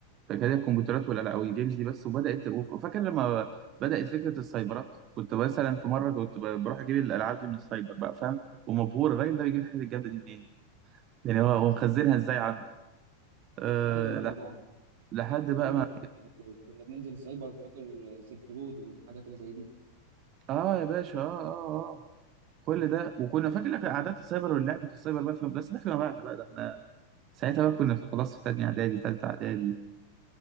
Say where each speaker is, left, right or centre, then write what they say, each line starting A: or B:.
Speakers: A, on the right; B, on the right.
A: كانت هي الكمبيوترات ولا لا او الجيمز دي بس وبدات وف- وفاكر لما بدات فكره السايبرات كنت مثلا في مره كنت ب- بروح اجيب الالعاب دي من السايبر بقى فاهم ومبهور الراجل ده بيجيب الحاجات الجامده دي منين يعني هو هو مخزنها ازاي عنده أه
B: ايوه طبعا
A: لا لح- لحد بقى
B: ايوه
A: ما
B: ك- كنا بننزل السايبر فاكر سلك رود والحاجات اللي زي دي
A: اه يا باشا اه اه اه آه. كل ده وكنا فاكر لك قعدات السايبر واللعب في السايبر بقى في بس ده فيما بعد بقى ده احنا ساعتها بقى كنا في خلاص في تانية اعدادي تالتة اعدادي